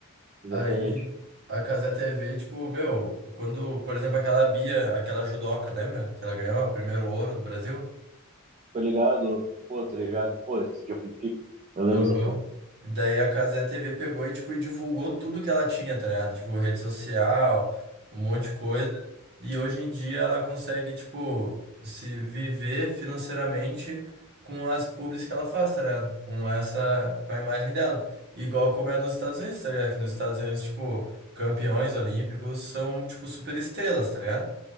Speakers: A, on the right; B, on the right.
A: Exatamente.
B: Aí a Cazé TV, tipo, meu, quando, por exemplo, aquela Bia, aquela judoca, lembra? Que ela ganhou o primeiro ouro do Brasil?
A: Tô ligado, pô, tô ligado, pô, esse dia foi pico. Eu lembro
B: Aham.
A: dessa porra.
B: E daí a Casé TV pegou e, tipo, e divulgou tudo que ela tinha, tá ligado? Tipo, rede social, um monte de coisa. E hoje em dia ela consegue, tipo, se viver financeiramente com as publis que ela faz, tá ligado? Com essa, com a imagem dela. Igual como é nos Estados Unidos, tá ligado? Que nos Estados Unidos, tipo, campeões olímpicos são, tipo, super estrelas, tá ligado?